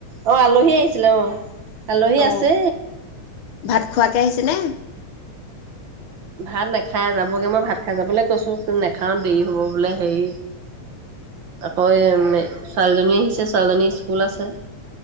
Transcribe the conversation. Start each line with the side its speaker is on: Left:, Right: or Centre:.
Right: অ আলু আলহী আহিছিল অ আলহী
Left: অ
Right: আছে
Left: ভাত খোৱাকে আহিছে নে
Right: ভাত নাখাই যাবগে মই ভাত খাই যাবলৈ কৈছো নাখাও দেৰি হ'ব বোলে হেৰি আকৌ এম এ ছোৱালীজনী আহিছে ছোৱালীজনী স্কুল আছে